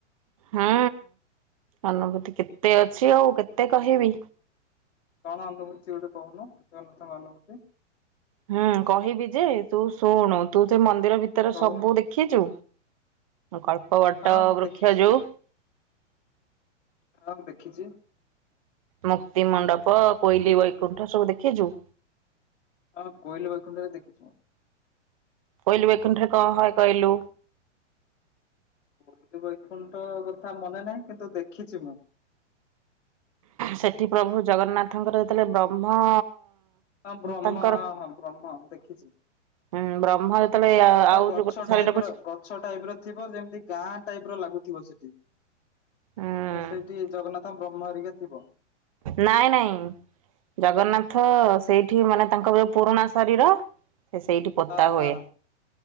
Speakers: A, on the right; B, on the left.
A: ହୁଁ ଅନୁଭୂତି କେତେ ଅଛି ଆଉ କେତେ କହିବି।
B: କଣ ଅନୁଭୂତି ଗୋଟେ କହୁନୁ ଜଗନ୍ନାଥ ଙ୍କ ଅନୁଭୂତି।
A: ହୁଁ କହିବି ଯେ ତୁ ଶୁଣୁ ତୁ ସେ ମନ୍ଦିର ଭିତରେ
B: କହୁନୁ
A: ସବୁ ଦେଖ ଖିଚୁ କଳ୍ପ ବଟ
B: ହଁ ମୁଁ
A: ବୃକ୍ଷ
B: ଦେଖିଛି।
A: ଯୋଉ
B: ହଁ ଦେଖିଚି।
A: ମୁକ୍ତି ମଣ୍ଡପ କୋଇଲି ବୈକୁଣ୍ଠ ସବୁ ଦେଖିଚୁ?
B: ହଁ କୋଇିଲ ବୈଖୁଣ୍ଡ ରେ ଦେଖିଚି।
A: କୋଇଲି ବୈକୁଣ୍ଠ ରେ କଣ ହୁଏ କହିଲୁ?
B: କୋଇଲି ବୈକୁଣ୍ଠ କଥା ମନେ ନାହିଁ କିନ୍ତୁ ଦେଖିଛି ମୁଁ।
A: ସେଠି ପ୍ରଭୁ ଜଗନ୍ନାଥଙ୍କର ଯେତେବେଳେ ବ୍ରହ୍ମ
B: ହଁ ବ୍ରହ୍ମ
A: ତାଙ୍କର
B: ହଁ ହଁ ବ୍ରହ୍ମ ଦେଖିଚି।
A: ହୁଁ ବ୍ରହ୍ମ ଯେତେବେଳେ ଆଉ
B: ଗଛ
A: ଯୋଉ ଗୋଟେ ଶରୀରକୁ
B: ଟାଇପ ର ଗଛ ଟାଇପ ର ଥିବ ଯେମିତି ଗାଁ ଟାଇପ ର ଲାଗୁଥିବ ସେଠି।
A: ହୁଁ
B: ମାନେ ସେଇଠି ଜଗନ୍ନାଥ ବ୍ରହ୍ମ ହରିକା ଥିବ।
A: ନାଇଁ ନାଇଁ ଜଗନ୍ନାଥ
B: ଆଉ
A: ସେଇଠି ମାନେ ତାଙ୍କର ଯୋଉ ପୁରୁଣା ଶରୀର ସେ ସେଇଠି ପୋତା
B: ହଁ ହଁ।
A: ହୁଏ।